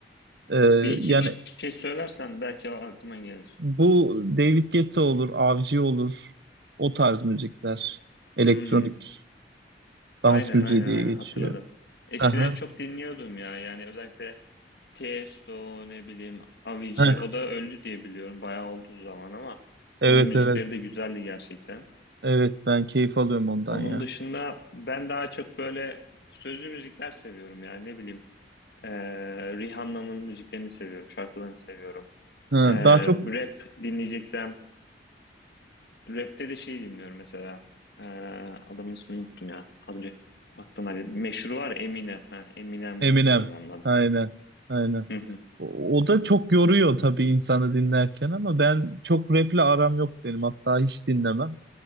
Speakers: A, on the right; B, on the left.
A: E,
B: bir iki
A: yani
B: bir şey söylersen belki aklıma gelir.
A: bu David Guetta olur, Avcı olur. O tarz müzikler. Elektronik
B: Hmm.
A: dans
B: Aynen
A: müziği
B: aynen
A: diye
B: aynen
A: geçiyor.
B: hatırladım. Eskiden
A: Aha.
B: çok dinliyordum ya yani özellikle Tiesto ne bileyim Avicii
A: Heh,
B: o da öldü diye biliyorum bayağı oldu zaman ama
A: evet
B: onun müzikleri
A: evet.
B: de güzeldi gerçekten.
A: Evet ben keyif alıyorum ondan
B: Onun
A: ya.
B: dışında ben daha çok böyle sözlü müzikler seviyorum yani ne bileyim eee, Rihanna'nın müziklerini seviyorum şarkılarını seviyorum.
A: Ha,
B: Eee,
A: daha çok
B: rap dinleyeceksem Rap'te de şey dinliyorum mesela. Ee, adamın ismini unuttum ya. Az önce aklına geldi. Meşhur var Eminem. Ha, Eminem
A: Eminem.
B: dinliyorum ondan.
A: Aynen. Aynen.
B: Hı hı.
A: O, o da çok yoruyor tabii insanı dinlerken ama ben çok rap'le aram yok benim. Hatta hiç dinlemem.